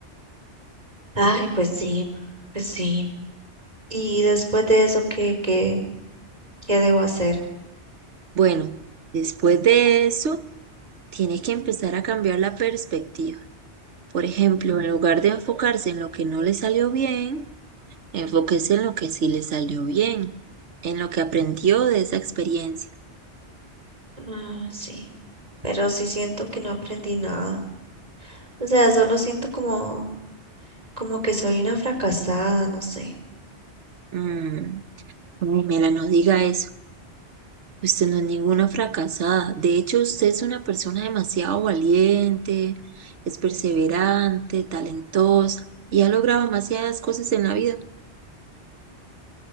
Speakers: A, on the right; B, on the right.
A: Ay, pues sí, pues sí. Y después de eso, ¿qué, qué, qué debo hacer?
B: Bueno, después de eso, tiene que empezar a cambiar la perspectiva. Por ejemplo, en lugar de enfocarse en lo que no le salió bien, Enfóquese en lo que sí le salió bien, en lo que aprendió de esa experiencia.
A: Ah, sí, pero sí siento que no aprendí nada. O sea, solo siento como, como que soy una fracasada, no sé.
B: Mm, Pamela, no diga eso. Usted no es ninguna fracasada. De hecho, usted es una persona demasiado valiente, es perseverante, talentosa y ha logrado demasiadas cosas en la vida.